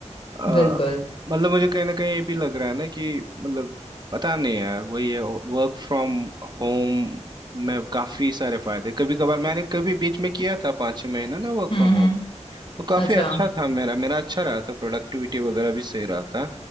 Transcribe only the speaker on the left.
बिल्कुल
हम्म
हम्म
अच्छा
हम्म